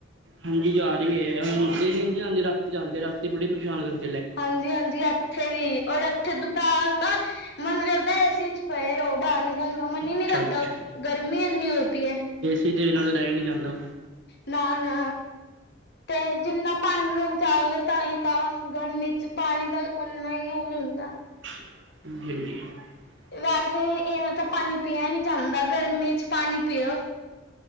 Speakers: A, on the right (about 70°); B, on the left (about 55°).
A: ਹਾਂਜੀ ਜਾ ਰਹੀ ਹੈ ਦਿਨੇ ਨਹੀ ਜਾਂਦੀ ਰਾਤੀ ਜਾਂਦੇ ਰਾਤੀ ਬੜੀ ਪਰੇਸ਼ਾਨ ਕਰਦੇ।
B: ਹਾਂਜੀ-ਹਾਂਜੀ ਇੱਥੇ ਵੀ ਔਰ ਇੱਥੇ ਦੁਪਹਿਰ ਤਾਂ ਮਨ ਕਰਦਾ ਏ ਸੀ 'ਚ ਪਏ ਰਹੋ ਬਾਹਰ ਨਿਕਲਣ ਦਾ ਮਨ ਹੀ
A: ਅੱਛਾ
B: ਨੀ ਕਰਦਾ
A: ਅੱਛਾ
B: ਗਰਮੀ ਇੰਨੀ ਹੋਈ ਪਈ ਏ।
A: ਕਿਸੇ ਚੀਜ਼ ਨਾਲ ਡਹਿ ਹੀ ਨੀ ਜਾਂਦਾ ਹੋਊ।
B: ਨਾ-ਨਾ ਤੇ ਜਿੰਨਾ ਪਾਣੀ ਨੂੰ ਬਚਾਵਾਗੇ ਤਾਂ ਹੀ ਤਾਂ ਗਰਮੀ 'ਚ ਪਾਣੀ ਦਾ ਉਹਨਾਂ ਹੀ ਯੂਜ ਹੁੰਦਾ।
A: <unintelligible>
B: ਵੈਸੇ, ਵੀ ਇਵੇਂ ਤਾਂ ਪਾਣੀ ਪੀਆ ਨੀ ਜਾਂਦਾ। ਗਰਮੀ ਚ ਪਾਣੀ ਪੀਓ।